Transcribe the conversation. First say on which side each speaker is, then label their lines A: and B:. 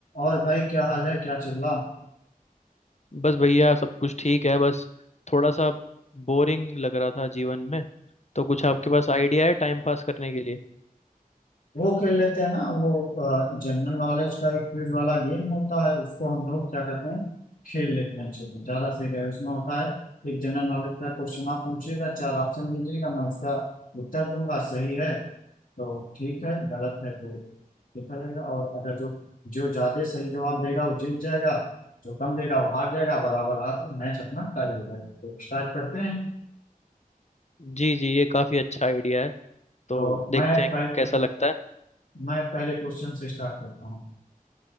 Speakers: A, on the left; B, on the left.
A: और भाई क्या हाल है क्या चल रहा
B: बस भैया सब कुछ ठीक है बस थोड़ा सा बोरिंग लग रहा था जीवन में तो कुछ आपके पास आइडिया है टाइम पास करने के लिए
A: वो खेल लेते हैं ना वो जनरल नॉलेज का एक क्विज वाला गेम होता है उसको हम लोग क्या करते हैं खेल लेते हैं चलो ज्यादा सही रहेगा उसमें होता है एक जनरल नॉलेज का क्वेश्चन आप पूछिएगा चार ऑप्शन दीजिएगा मैं उसका उत्तर दूंगा सही है तो ठीक है गलत है तो देखा जाएगा और अगर जो जो ज्यादा सही जवाब देगा वो जीत जाएगा जो कम देगा वो हार जाएगा बराबर रहा तो मैच अपना टाई हो जाएगा तो स्टार्ट करते हैं
B: जी जी ये काफ़ी अच्छा आइडिया है तो
A: तो
B: देखते
A: मैं
B: हैं
A: पहले
B: कैसा लगता है
A: मैं पहले क्वेश्चन से स्टार्ट करता हूँ